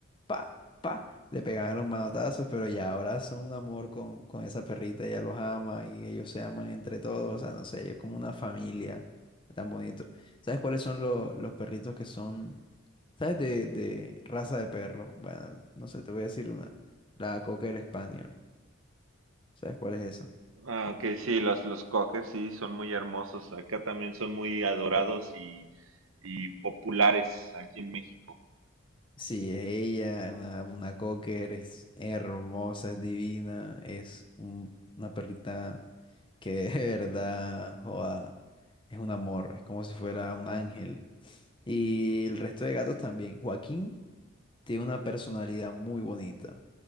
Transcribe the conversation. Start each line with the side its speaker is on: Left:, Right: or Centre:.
Left: Pa, pa, le pegaban los manotazos, pero ya ahora son un amor con, con esa perrita, ella los ama y ellos se aman entre todos, o sea, no sé, ellos como una familia, tan bonito. ¿Sabes cuáles son lo- los perritos que son, sabes, de, de raza de perro? Bueno, no sé, te voy a decir una, la Cocker Spaniel, ¿sabes cuál es esa?
Right: Ah, ok, sí, los, los cocker sí son muy hermosos. Acá también son muy adorados y, y populares aquí en México.
Left: Sí, es ella, una, una cocker, es hermosa, es divina, es un- una perrita que <laughs> de verdad, joda, es un amor, es como si fuera un ángel. Y el resto de gatos también. Joaquín tiene una personalidad muy bonita.